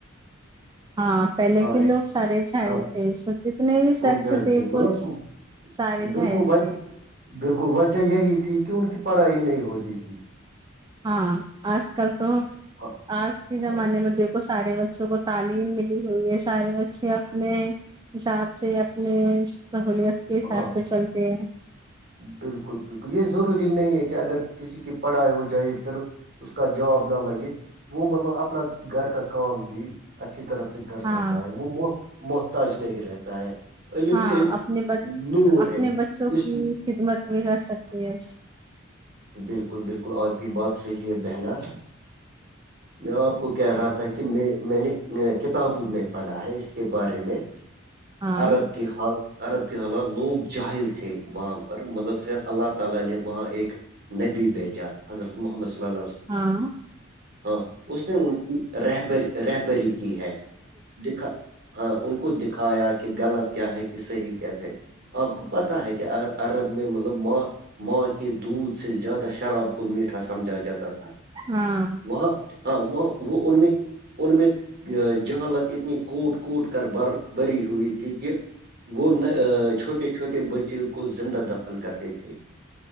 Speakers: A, on the right; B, on the right.
A: ہاں پہلے
B: ہاں
A: کے لوگ سارے جل
B: ہاں
A: تھے س جتنے بھی شخص
B: وہ جاہل
A: تھے
B: مطلب
A: وہ سارے
B: بالکل
A: جھل
B: وجہ
A: تھے
B: بالکل وجہ یہی تھی کہ ان کی پڑھائی نہیں ہوتی تھی
A: ہاں آج کل تو
B: ہاں
A: آج کے زمان
B: ہاں
A: م <unintelligible> کو سارے بچوں کو تعلیم ملی ہوئی ہے سارے بچے اپنے حساب سے اپنے سہولیت کے حساب
B: ہاں
A: سے چلتے ہیں
B: بالکل بالکل یہ ضروری نہیں ہے کہ اگر کسی کی پڑھائی ہو جائے پھر ا اس کا جاب نہ نہ لگے وہ مطلب اپنا گھر کا کام بھی اچھی طرح س <unintelligible> کر
A: ہاں
B: سکتا ہے وہ محت محتاج نہیں رہتا ہے علم
A: ہاں
B: ایک
A: اپنے ب
B: نور
A: اپنے
B: ہے
A: بچوں کی
B: اس
A: خدمت بھی کر سکتے ہیں
B: بالکل بالکل اور کی بات صحیح ہے بہنا میں آپ کو کہہ رہا تھا کہ میں میں نے کتابوں میں پڑھا ہے اس کے بارے میں
A: ہاں
B: عرب <unintelligible> کے حال عرب کے حالات لوگ جاہل تھے وہاں پر مطلب پھر نے وہاں ایک نبی بیجا حضرت محمد ص ال
A: ہاں
B: ہاں اس نے ان کی رہبری رہبری کی ہے دکھا ہاں ان کو خ دکھایا کہ غلط کیا ہے کہ صحیح کیا تھے آپ کو پتہ ہے کہ عرب میں مطلب ماں ماں کے دودھ سے زیادہ شراب کو میٹھا سمجھا جاتا تھا
A: ہاں
B: وہاں ہاں وہ وہ ان میں <unintelligible> ان میں جہالت اتنی کوٹ کوٹ کر ب بری ہوئی تھی تھی کہ وہ چھوٹے چھوٹے بچے کو زندہ دفن کرتے تھے